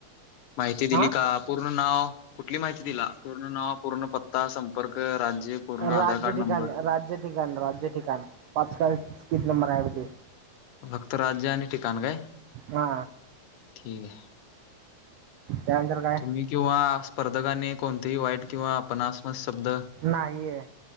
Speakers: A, on the left; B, on the right.
A: माहिती दिली
B: हा
A: का पूर्ण नाव कुठली माहिती दिला पूर्ण नाव पूर्ण पत्ता संपर्क राज्य पूर्ण
B: राज्य
A: आधार कार्ड
B: ठिकाण
A: नंबर
B: राज्य ठिकाण राज्य ठिकाण पाचकाळ किती नंबर आहे बघ की
A: फक्त राज्य आणि ठिकाण काय
B: हा
A: ठीकय
B: त्यानंतर काय
A: तुम्ही किंवा स्पर्धकाने कोणतेही वाईट किंवा अपनासम शब्द
B: नाही